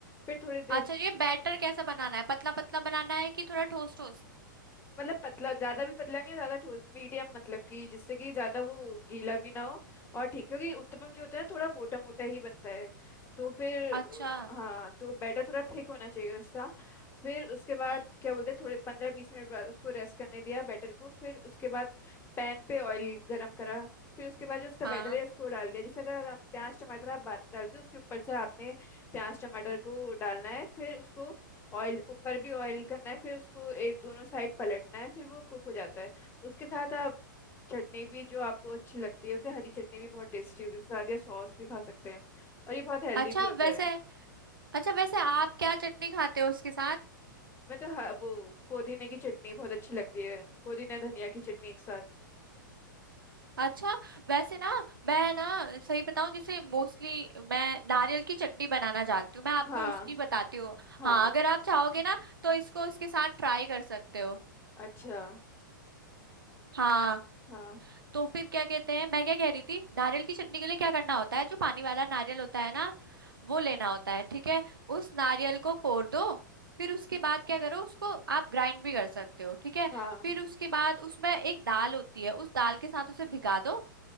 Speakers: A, on the left; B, on the right.
A: फिर थोड़ी देर
B: अच्छा ये बैटर कैसा बनाना है पतला पतला बनाना है कि थोड़ा ठोस ठोस
A: मतलब पतला ज्यादा भी पतला नहीं और ज्यादा ठोस मीडियम मतलब कि जिससे कि ज्यादा वो गीला भी ना हो और ठीक है क्योंकि उत्तपम जो होता है ना थोड़ा मोटा मोटा ही बनता है तो फिर
B: अच्छा
A: अ, हाँ तो बैटर थोड़ा थिक होना चाहिए उसका फिर उसके बाद
B: हम्म
A: क्या बोलते हैं थोड़े पंद्रह बीस मिनट बाद उसको रेस्ट करने दिया बैटर को फिर उसके बाद पैन पे ऑयल गरम करा फिर उसके बाद जो उसका
B: हाँ
A: बैटर है उसको डाल दिया जैसे अगर हम प्याज टमाटर आप बाद में डालते हो उसके ऊपर से आपने प्याज टमाटर को डालना है फिर उसको ऑयल ऊपर भी ऑयल करना है फिर उसको एक दोनों साइड पलटना है फिर वो कुक हो जाता है उसके साथ आप चटनी भी जो आपको अच्छी लगती है उसे हरी चटनी भी बहुत टेस्टी होती है उसके साथ या सॉस भी खा सकते हैं और ये बहुत हेल्दी
B: अच्छा
A: भी होता
B: वैसे
A: है
B: अच्छा वैसे आप क्या चटनी खाते हो उसके साथ
A: मैं तो ह- वो पुदीने की चटनी बहुत अच्छी लगती है पुदीना धनिया की चटनी एक साथ
B: अच्छा वैसे ना मैं ना सही बताऊं जैसे मोस्टली मैं नारियल की चटनी बनाना जानती हूँ मैं आपको
A: हाँ
B: उसकी बताती हूँ
A: हाँ
B: हाँ अगर आप चाहोगे ना तो इसको उसके साथ ट्राई कर सकते हो
A: अच्छा
B: हाँ
A: हाँ
B: तो फिर क्या कहते हैं मैं क्या कह रही थी नारियल की चटनी के लिए क्या करना होता है जो पानी वाला नारियल होता है ना वो लेना होता है ठीक है उस नारियल को कोर दो फिर उसके बाद क्या करो उसको आप ग्राइंड भी कर सकते हो ठीक है
A: हाँ
B: फिर उसके बाद उसमें एक दाल होती है उस दाल के साथ उसे भिगा दो